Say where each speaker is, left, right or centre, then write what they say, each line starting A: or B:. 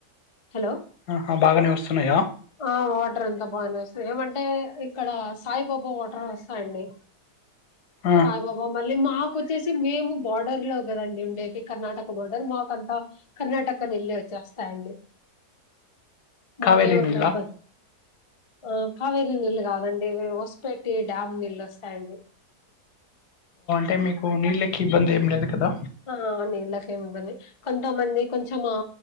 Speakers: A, on the left (about 35°); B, on the left (about 75°).
A: హలో
B: ఆహా బాగానే వస్తున్నాయా
A: ఆ వాటర్ అంత బానే వస్తుంది ఏమంటే క్కడ స్ సాయిబాబా వాటర్ వస్తాయంండి
B: ఆ
A: సాయి బాబా మళ్ళీ మాకు వచ్చేసి మేము బోర్డర్ లో కదండి ఉండే ఈ కర్ణటక్ బడారు మాకంతా కర్ణాటక నీళ్ళే వచ్చేస్తాయండి మాకేం
B: కావేరి
A: అంత
B: నీళ్ళ
A: ఇబ్బంద్ ఆ కావేరీ నీల్ు కాదండి వే వస్పేట్ టి డాామ్ నీళ్ళు స్ స్తాయండి
B: టే మీకు నీళ్ళకు ఇబ్బంది ఏం లేదు కదా
A: ఆ నీళ్ల కేమి ఇబ్బంది కొంతమంది కొంచెం ఆ